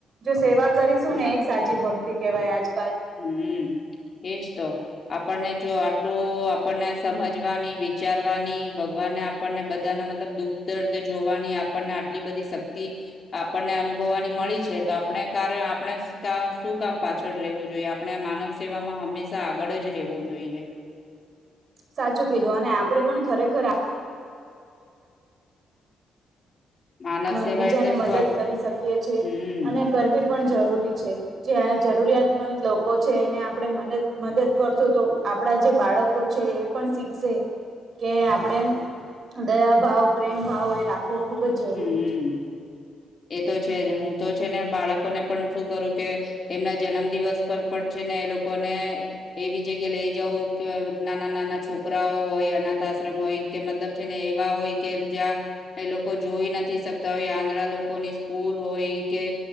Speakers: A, on the right; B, on the left.
A: જો સેવા કરીસું ને, એજ સાચી ભક્તિ કેહેવાય આજ
B: હમ એજ તો. આપણને જો તો આપણને આ સમાજ વાની, વિચારવાની ભગવાને આપણને બધાના મતલબ દુઃખ દર્દ જોવાની, આપણને આટલી બધી સક્તિ આપણને અનુભવાની મળી છે તો આપણે કાર આપણે કાર આપણે સુ કામ પાછળ રેવું જોઈએ. આપણે માનવ સેવામાં હંમેસા આગળ જ રહેવું જોઈએ.
A: સાચું કીધું અને આપડે પણ ખરેખર
B: માનવ
A: અ
B: સેવા
A: બીજાને
B: એટલે
A: મદદ
B: શું આપ-
A: કરી સકીએ છે.
B: હમ
A: અને કરવી પણ જરૂરી છે. જે જરૂરિયાતમંદ લોકો છે એને આપણે મદદ, મદદ કરસુ તો, આપણા જે બાળકો છે એ પણ સીખસે કે આપણે દયાભાવ, પ્રેમભાવ એ રાખ ખુબ જરૂરી
B: હમ. એ તો છે. હું તો છે ને, બાળકોને પણ શું કરું કે એમના જન્મ દિવસ પર પણ છે ને એ લોકોને એવી જગ્યા લઈ જઉં ક નાના નાના છોકરાઓ હોય, અનાથ આશ્રમ હોય કે મતલબ છે ને એવા હોય કે જ્યાં એ લોકો લોકો જોઈ નથી શકતા હોય. આંધળા લોકોની સ્કૂલ હોય, કે